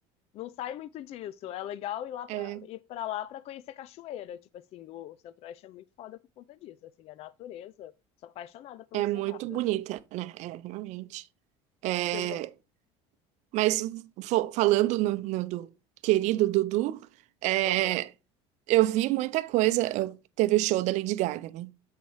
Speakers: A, on the left; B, on the right.
A: não sai muito disso. É legal ir lá pra,
B: É,
A: ir pra lá pra conhecer cachoeira. Tipo assim, o Centro-Oeste é muito foda por conta disso. Assim, a natureza. Sou apaixonada pelo
B: é
A: Cerrado,
B: muito bonita,
A: assim.
B: né? É, realmente. É,
A: Seja.
B: mas fo- falando no, no do querido Dudu, é,
A: Aham,
B: eu vi muita coisa. Eu- teve o show da Lady Gaga, né?